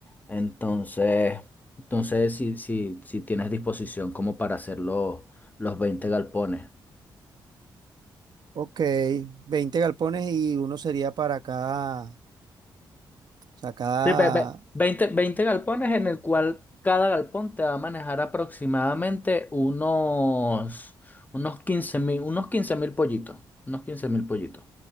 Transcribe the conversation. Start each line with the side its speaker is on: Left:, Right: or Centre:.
Left: Entonces, entonces si, si, si tienes disposición como para hacer los, los 20 galpones.
Right: Ok, 20 galpones y uno sería para cada, o sea, cada
Left: Sí, ve- ve- 20, 20 galpones en el cual cada galpón te va a manejar aproximadamente unos, unos quince mil, unos quince mil pollitos. Unos 15 mil pollitos.